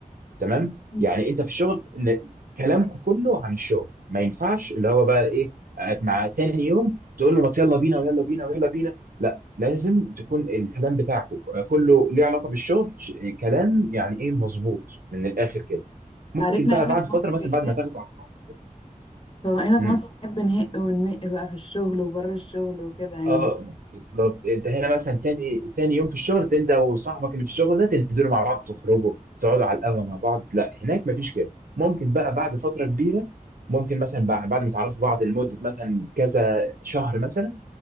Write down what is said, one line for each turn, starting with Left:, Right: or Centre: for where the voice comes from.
Right: تمام
Left: م.
Right: يعني انت في الشغل ن- كلامكم كله عن الشغل ما ينفعش اللي هو بقى ايه آه، مع تاني يوم تقول له ما يلا بينا ويلا بينا ويلا بينا لا لازم تكون الكلام بتاعكم آه، كله ليه علاقه بالشغل ش- آه، كلام يعني ايه مظبوط من الاخر كده ممكن
Left: عرفنا
Right: بقى
Left: هنا
Right: بعد
Left: في
Right: فتره
Left: مصر
Right: مثلا
Left: ايه
Right: بعد ما تاخدوا على بعض
Left: فهنا
Right: كده
Left: في مصر بنحب نهق ونمق بقى في الشغل وبره الشغل وكده يعني
Right: اه بالظبط انت هنا مثلا تاني تاني يوم في الشغل انت وصاحبك اللي في الشغل ده تنزلوا مع بعض تخرجوا تقعدوا على القهوه مع بعض لا هناك مفيش كده ممكن بقى بعد فتره كبيره ممكن مثلا بعد بعد ما تعرفوا بعض لمده مثلا كذا شهر مثلا